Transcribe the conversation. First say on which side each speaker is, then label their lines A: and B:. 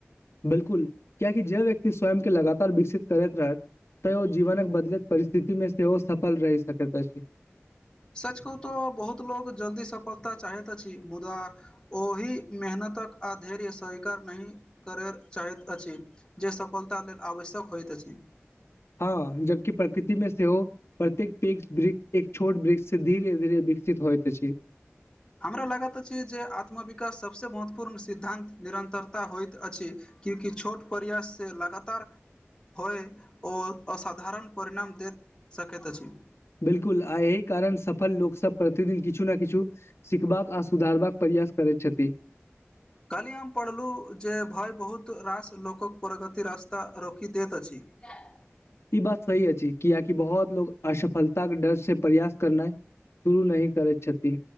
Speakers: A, on the left; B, on the left.
A: बिलकुल क्येकि जे व्यक्ति स्वयं के लगातार विकसित करैत रहैत। तऽ ओ जीवनक बदलैत परिस्थिति मे सेहो सफल रहि सकेत अछि।
B: सच कहू तऽ बहुत लोग जल्दी सफलता चाहैत अछि मुदा ओहि मेहनतक आधैर स्वीकार नहि करय चाहैत अछि। जे सफलता लेल आवश्यक होइत अछि।
A: हँ जबकि प्रकृति मे सेहो प्रत्येक पेग वृक्ष एक छोट वृक्ष से धीेरे धीरे विकसित होइत अछि।
B: हमरा लागैत अछि जे आत्मविकास सभसे महत्वपूर्ण सिद्धान्त निरन्तरता होइत अछि। कि कि छोट प्रयास से लगातार होइ ओ असाधारण परिणाम देत सकैत अछि।
A: बिलकुल आ एहि कारण सफल लोक सब प्रतिदिन किछु ना किछु सिखबाक आ सुधारबाक प्रयास करैत छथि।
B: काली हम पढ़लु जे भय बहुत रास लोकक प्रगति रास्ता रोखी दैत अछि। <inaudible>
A: ई बात सही अछि कियेकि बहुत लोग असफलता के डर से प्रयास करनैय शुरू नहि करैत छथि।